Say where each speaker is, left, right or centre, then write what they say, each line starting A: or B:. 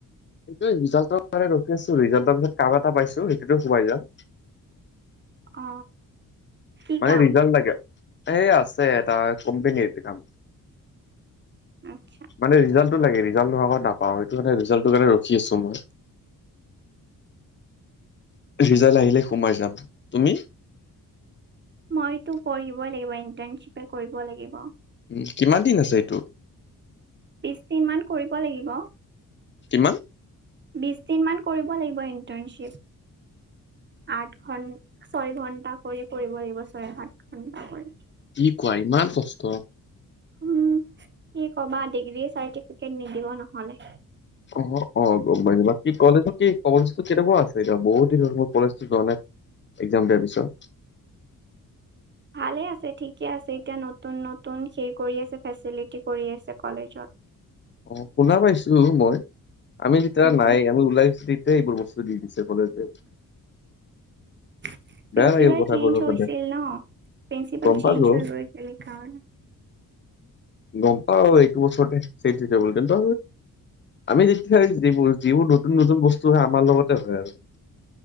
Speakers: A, on the left; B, on the right.
A: সেইটোৱে ৰিজাল্টৰ কাৰণে ৰখি আছো ৰিজাল্টৰ পিছত কাম এটা পাইছো সেইটোতো সোমাই যাম।
B: অ। কি
A: মানে
B: কাম?
A: ৰিজাল্ট লাগে এই আছে এটা কোম্পনীৰ কাম।
B: আচ্ছা।
A: মানে ৰিজাল্ট। টো লাগে ৰিজাল্ট নোহোৱাৰ আগত নাপাও সেইটো কাৰণে ৰিজাল্টটো কাৰণে ৰখি আছো মই। ৰিজাল্ট আহিলে সোমাই যাম তুমি
B: মইতো পঢ়িবই লাগিব ইন্টাৰ্নশ্বিপে কৰিব লাগিব।
A: উ কিমান দিন আছে এইটো
B: বিশ দিন মান কৰিব লাগিব।
A: কিমান?
B: বিশ দিনমান কৰিব লাগিব ইণ্টাৰ্ণশ্বিপ। আঠ ঘন্টা ছয় ঘন্টা কৰি কৰিব লাগিব ছয় সাত ঘন্টা কৰি
A: কি কোৱা ইমান কষ্ট
B: উম কি কবা ডিগ্ৰী চাৰটিফিকেট নিদিব নহলে।
A: অ অ গমাই কি কলেজৰ কি কলেজো কেনেকোৱা আছে এতিয়া বহুত দিন মোৰ কলেজো যোৱা নাই। এক্সাম দিয়াৰ পিছত।
B: <inaudible> ভালে আছে ঠিকে আছে এতিয়া নতুন নতুন সেই কৰি আছে ফেচিলিটি কৰি আছে কলেজত।
A: অ শুনা পাইছো মই আমি যেতিয়া
B: উম
A: নাই আমি ওলাইছো। সে এইবোৰ বস্তু দি দিছে কলেজত।
B: প্ৰিঞ্চিপাল
A: লাগিল কথাবোৰ
B: চেঞ্জ হৈছিল
A: শুনি
B: ন। প্ৰিন্সিপাল
A: গম
B: চেঞ্জ
A: পালো
B: হৈ গৈছিল এই কাৰণে।
A: গম পাওঁ এইটো বছৰতে চেইঞ্চ হৈ যাব। আমি যেতিয়া যিবোৰ যিবোৰ নতুন নতুন বস্তু হয় আমাৰ লগতে হয় আৰু।